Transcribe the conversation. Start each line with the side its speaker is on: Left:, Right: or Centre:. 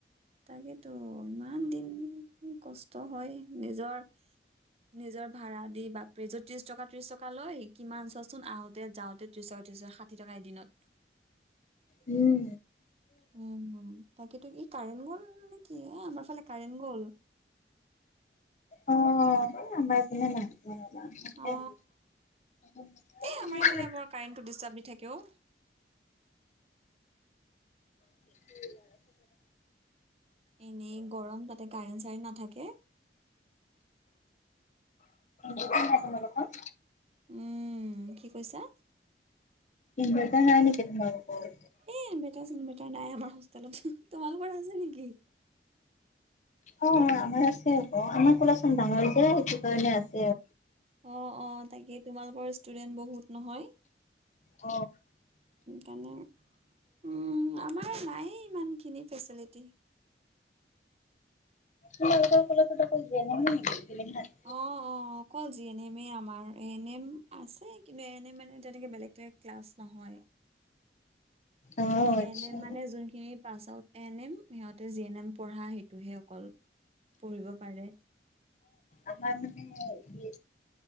Right: তাকেতো ইমান দিন কষ্ট হয় নিজৰ নিজৰ ভাড়া দি পেজত ত্ৰিশ টকা ত্ৰিশ টকা লয় কিমান চাচোন আহোতে যাওঁতে ত্ৰিশ টকা ত্ৰিশ টকা ষাঠি টকা এদিনত।
Left: উম।
Right: উম তাকেতো ই কাৰেণ্ট গ'ল নেকি এ আমাৰ ফালে কাৰেণ্ট গ'ল।
Left: অ আমাৰ এফালে নাই।
Right: অ
Left: উ
Right: এ আমাৰ
Left: <unintelligible>
Right: এইফালে বৰ কাৰেণ্টটো দিষ্টাৰ্ব থাকেও।
Left: উম হয় হয়।
Right: এনেই গৰম তাতে কাৰেণ্ট চাৰেণ্ট নাথাকে।
Left: তোমালোকৰ?
Right: উম, কি কৈছা?
Left: ইনভাৰ্টাৰ নাই নেকি তোমালোকৰ?
Right: এ, ইনভাৰ্টাৰ চিনভেটাৰ নাই আমাৰ হোষ্টেলত। তোমালোকৰ আছে নেকি?
Left: অ' আমাৰ আছে আকৌ, আমাৰ কলেজখন ডাঙৰ যে সেইটো কাৰণে আছে।
Right: অ', অ' তাকে, তোমালোকৰ ষ্টুডেন্ট বহুত নহয়।
Left: অ
Right: কাৰণে উম, আমাৰ নায়ে ইমানখিনি ফেচিলিটি।
Left: তোমালোকৰ কলেজত অকল জেনেৰেল নেকি, বেলেগ নাই?
Right: অ', অ' অকল যিয়েনেমে আমাৰ, এ নেম। আছে কিন্তু এনে মানে তেনেকে বেলেগ টে ক্লাছ নহয়।
Left: অ আচ্ছা।
Right: এন এম মানে যোনখিনি পাছ আউট এন এম সিহঁতে জি এন এম পঢ়া সেইটোহে অকল। পঢ়িব পাৰে।
Left: আমাৰ মানে